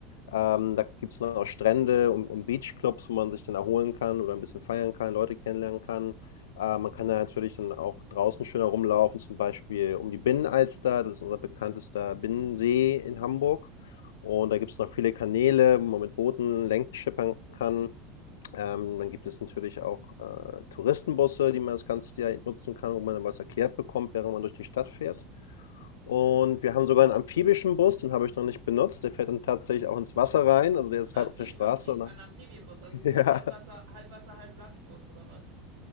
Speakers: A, on the left; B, on the right.
A: Ähm, da gibt es dann auch Strände und, und Beachclubs, wo man sich dann erholen kann oder ein bisschen feiern kann, Leute kennenlernen kann. Äh, man kann da natürlich dann auch draußen schön herumlaufen, zum Beispiel um die Binnenalster, das ist unser bekanntester Binnensee in Hamburg. Und da gibt es noch viele Kanäle, wo man mit Booten längs schippern kann. Ähm, dann gibt es natürlich auch, äh, Touristenbusse, die man das ganze Jahr nutzen kann, wo man dann was erklärt bekommt, während man durch die Stadt fährt. Und wir haben sogar einen amphibischen Bus, den habe ich noch nicht benutzt. Der fährt dann tatsächlich auch ins Wasser rein, also der
B: Ein
A: ist
B: Amphibi
A: halb auf der Straße
B: Amphi
A: und dann
B: ein Amphibienbus, also
A: <laughs>
B: so
A: ja,
B: Halbwasser, Halbwasser, Halblandbus oder was?